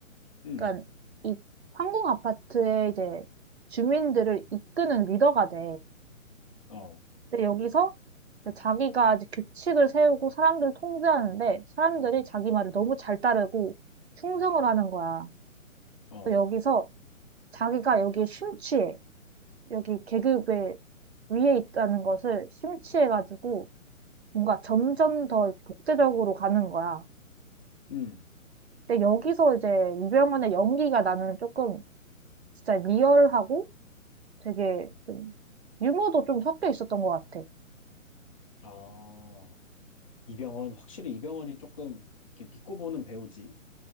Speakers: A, on the left; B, on the right.
A: 음,
B: 약간 이 황궁 아파트의 이제 주민들을 이끄는 리더가 돼.
A: 어,
B: 근데 여기서 이제 자기가 이제 규칙을 세우고 사람들을 통제하는데 사람들이 자기 말을 너무 잘 따르고 충성을 하는 거야.
A: 어,
B: 또 여기서 자기가 여기에 심취해. 여기 계급의 위에 있다는 것을 심취해가지고 뭔가 점점 더 이렇게 독재적으로 가는 거야.
A: 음,
B: 근데 여기서 이제 이병헌의 연기가 나는 조금 진짜 리얼하고 되게 좀 유머도 좀 섞여 있었던 것 같아.
A: 아. 이병헌, 확실히 이병헌이 조금 이렇게 믿고 보는 배우지.